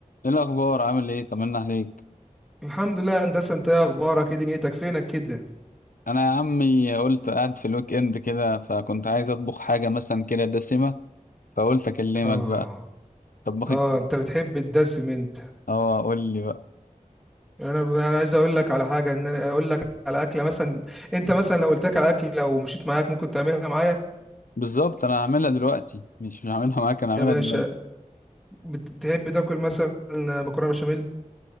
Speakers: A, on the left; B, in the centre.
A: ايه الاخبار عامل ايه طمنا عليك
B: الحمد لله يا هندسه انت ايه اخبارك ايه دنيتك فينك كده
A: انا يا عمي قلت قاعد في الويك اند كده فكنت عايز اطبخ حاجه مثلا كده دسمه فقلت اكلمك
B: اه
A: بقى طبخك
B: اه انت بتحب الدسم انت
A: اه قول لي بقى
B: انا ب... انا عايز اقول لك على حاجه ان انا اقول لك على اكله مثلا انت مثلا لو قلت لك على اكله لو مشيت معاك ممكن تعملها معايا
A: بالظبط انا هعملها دلوقتي مش مش هعملها معاك انا هعملها
B: يا باشا
A: دلوقتي
B: بتحب تاكل مثلا مكرونه بشاميل